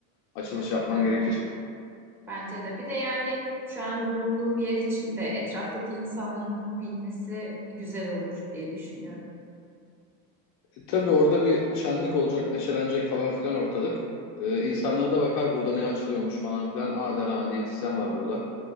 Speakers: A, on the left; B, in the centre.
A: Açılış
B: Katılıyorum.
A: yapman gerekir.
B: Bence de. Bir de yani şu an bulunduğum yer için de etraftaki insanların bunu bilmesi güzel olur diye düşünüyorum.
A: E, tabii orada bir şenlik olacak, neşelenecek falan filan ortalık. E, insanlar da bakar burada ne açılıyormuş falan filan. Aa der ha diyetisyen var burada.